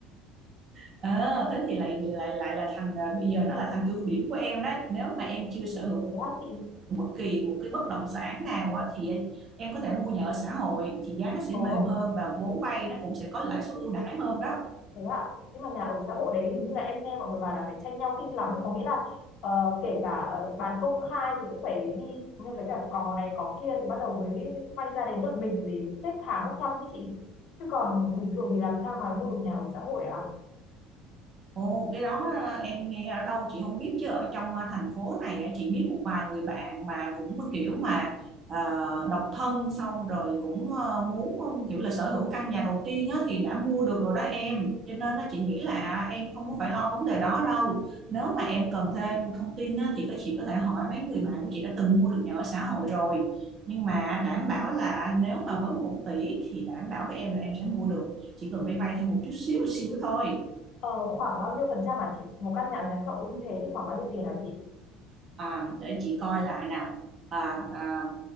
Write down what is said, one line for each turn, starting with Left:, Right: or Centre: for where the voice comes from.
Right: ờ, thế thì lại lại lại là thành à, bây giờ nó là thành ưu điểm của em đấy. Nếu mà em chưa sở hữu
Left: Thế á chị?
Right: bất kỳ một cái bất động sản nào á, thì em có thể mua nhà ở xã hội thì giá nó sẽ
Left: Ồ,
Right: mềm hơn và vốn vay nó cũng sẽ có lãi suất ưu đãi hơn đó
Left: thế ạ. Nhưng mà nhà ở xã hội đấy hình như là em nghe mọi người bảo là phải tranh nhau kinh lắm. Có nghĩa là ờ, kể cả ờ, bán công khai thì cũng phải đi. Nhưng với cả cò này cò kia thì bắt đầu mới quay ra đến được mình để xếp hàng bốc thăm với chị. Chứ còn bình thường thì làm sao mà mua được nhà ở xã hội ạ?
Right: Ồ, cái đó ờ, em nghe ở đâu chị không biết chứ ở trong ờ, thành phố này á, chị biết một vài người bạn mà cũng có kiểu mà ờ, độc thân xong rồi cũng ờ, muốn ờ, kiểu là sở hữu căn nhà đầu tiên á, thì đã mua được rồi đó em cho nên á, chị nghĩ là à, em không có phải lo vấn đề đó đâu nếu mà em cần thêm thông tin á, thì các chị có thể hỏi mấy người bạn của chị đã từng mua được nhà ở xã hội rồi nhưng mà đảm bảo là nếu mà với một tỷ thì đảm bảo với em là em sẽ mua được chỉ cần vay vay thêm một chút xíu xíu thôi
Left: Ờ, khoảng bao nhiêu phần trăm hả chị? Một căn nhà ở nhà xã hội như thế thì khoảng bao nhiêu tiền hả chị?
Right: À, để chị coi lại nào à, à,